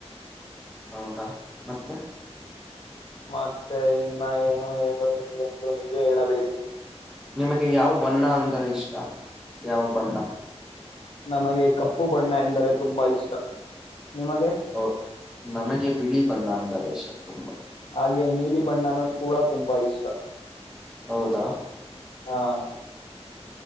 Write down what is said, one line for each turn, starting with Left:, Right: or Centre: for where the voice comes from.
Centre: ಹೌದಾ ಮತ್ತೆ.
Left: ಮತ್ತೆ ಇನ್ನ ಏನು ಹೇಳುವುದು ಎಂದು ನೀವೇ ಹೇಳಬೇಕು.
Centre: ನಿಮಗೆ ಯಾವ ಬಣ್ಣ ಅಂದ್ರ ಇಷ್ಟ ಯಾವ ಬಣ್ಣ.
Left: ನಮಗೆ ಕಪ್ಪು ಬಣ್ಣ ಎಂದರೆ ತುಂಬಾ ಇಷ್ಟ. ನಿಮಗೆ
Centre: ಹೌದು ನಮಗೆ ಬಿಳಿ ಬಣ್ಣ ಅಂದರೆ ಇಷ್ಟ ತುಂಬಾ.
Left: ಹಾಗೆ ನೀಲಿ ಬಣ್ಣನು ಕೂಡ ತುಂಬಾ ಇಷ್ಟ
Centre: <inaudible> ಹೌದಾ
Left: ಹಾ